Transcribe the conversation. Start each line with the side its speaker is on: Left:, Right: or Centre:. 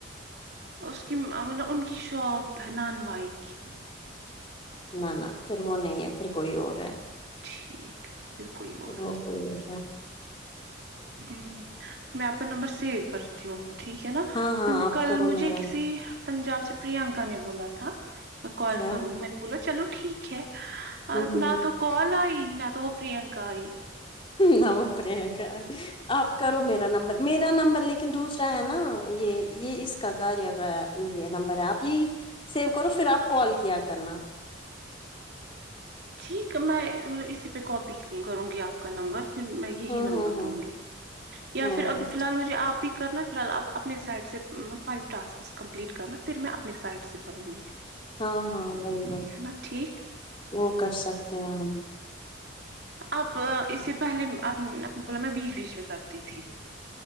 Right: اس کی ملب ان کی شوپ ہے نان وائی کی
Left: نہ نہ پھر وہ نہیں ہے پھر کوئی اور ہے
Right: ٹھیک پھر کوئی اور
Left: تو کوئی ہ
Right: ہ میں آپ کا نمبر سیو کرتی ہوں ٹھیک ہے نا
Left: ہاں ہاں
Right: کیونکہ
Left: آپ
Right: کل
Left: کرو
Right: مجھے
Left: میرا
Right: کسی پنجاب سے پرینکا نے بولا تھا کال
Left: کیا
Right: کروں گی میں نے بولا چلو ٹھیک ہے
Left: ہوں ہوں
Right: نہ تو کال آئی نہ تو وہ پررینکا آئی
Left: نم پرییاکا آپ کرو میرا نمبر میرا نمبر لیکن دوسرا ہے نا یہ یہ اس کاار کا یہ نمبر ہے آپ یہی سیو کرو پھر آپ کال کیا کرنا
Right: ٹھیک ہے میں مطلب اسی پہ کاپی کروں گی آپ کا نمبر پھر میں یہی
Left: ہوں
Right: نمبر
Left: ہوں ہوں
Right: دوں گی یا
Left: ہوں
Right: پھر ابھی فی الحال مجھے آپ ہی کرنا فی الحال آپ اپنے سائڈ سے فو ٹاسک کمپلیٹ کرنا پھر میں اپنے سائڈ سے کروں گی
Left: ہاں ہاں وہی وہی
Right: ہے نا ٹھیک
Left: وہ کر سکتے ہیں ہم
Right: اب اسے پہلےپ بولا میں بیچ بیچ میں کرتی تھی